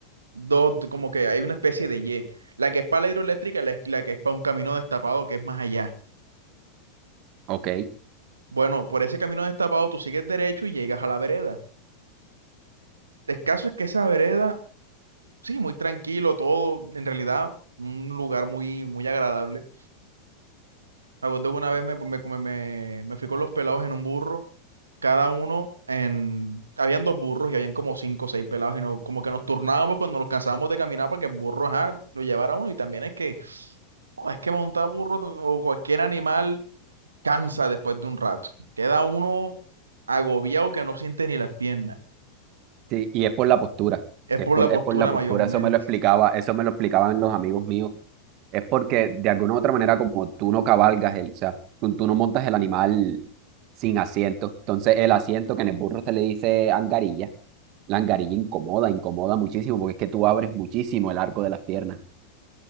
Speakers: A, on the right; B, on the right.
A: dos, como que hay una especie de Y. La que es para la hidroeléctrica y la, la que es para un camino destapado que es más allá.
B: Ok,
A: Bueno, por ese camino destapado tú sigues derecho y llegas a la vereda. El caso es que esa vereda sí, muy tranquilo, todo, en realidad, un lugar muy, muy agradable. Me acuerdo que una vez me, me, me, me- me fui con los pelados en un burro, cada uno en, habían dos burros y habían como cinco o seis pelados y nos, como que nos turnábamos cuando nos cansábamos de caminar para que el burro, ajá, lo llevara uno y también es que, oh, es que montar burro o cualquier animal cansa después de un rato, queda uno agobiado que no siente ni las piernas,
B: Sí, y es por la postura.
A: es
B: Es
A: por
B: por,
A: la postura
B: es por la
A: mayormente.
B: postura. Eso me lo explicaba, eso me lo explicaban los amigos míos. Es porque de alguna u otra manera, como tú no cabalgas el, o sea, tú, tú no montas el animal sin asiento. Entonces, el asiento que en el burro se le dice angarilla, la angarilla incomoda, incomoda muchísimo, porque es que tú abres muchísimo el arco de las piernas.